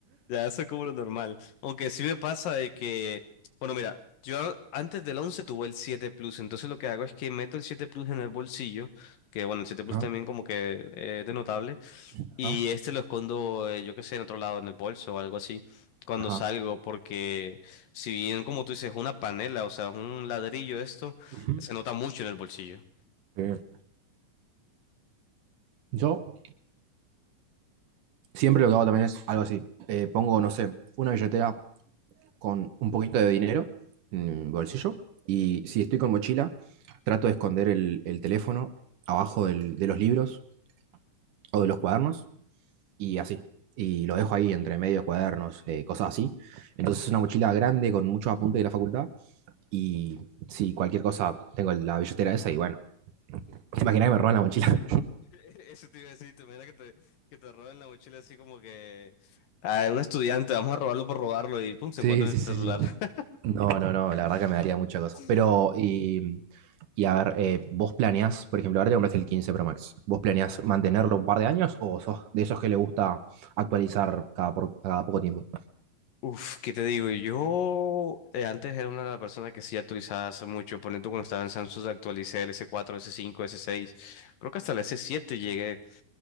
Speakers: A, on the left; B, on the right.
A: Ya, eso es como lo normal. Aunque sí me pasa de que, bueno, mira, yo antes del 11 tuve el 7 Plus, entonces lo que hago es que meto el 7 Plus en el bolsillo, que bueno, el 7 Plus
B: Ajá,
A: también como que eh, es de notable,
B: ajá,
A: y este lo escondo, eh, yo qué sé, en otro lado, en el bolso o algo así, cuando
B: Ajá.
A: salgo, porque si bien como tú dices, es una panela, o sea, es un ladrillo esto,
B: ujú.
A: se nota mucho en el bolsillo.
B: Eh, yo siempre lo que hago también es algo así. Eh, pongo, no sé, una billetera con un poquito de dinero en el bolsillo y si estoy con mochila, trato de esconder el, el teléfono abajo del- de los libros o de los cuadernos y así. Y lo dejo ahí entre medio de cuadernos, eh, cosas así. Entonces es una mochila grande con muchos apuntes de la facultad y si cualquier cosa tengo la billetera esa y bueno, <laughs> imagina que me roban la mochila.
A: <laughs> Eso te iba a decir, te imaginas que te, que te roben la mochila así como que a un estudiante, vamos a robarlo por robarlo y pum, se
B: Sí,
A: encuentra
B: sí,
A: en el
B: sí,
A: celular.
B: sí.
A: <laughs>
B: No, no, no, la verdad que me daría mucha cosa.
A: Sí.
B: Pero, y, y a ver, eh, vos planeás, por ejemplo, ahora te compraste el 15, Pro Max. ¿Vos planeás mantenerlo un par de años o sos de esos que le gusta actualizar cada, por- cada poco tiempo?
A: Uf, ¿qué te digo? Yo eh, antes era una de las personas que sí actualizaba hace mucho, por ejemplo, cuando estaba en Samsung actualicé el S4, S5, S6, creo que hasta el S7 llegué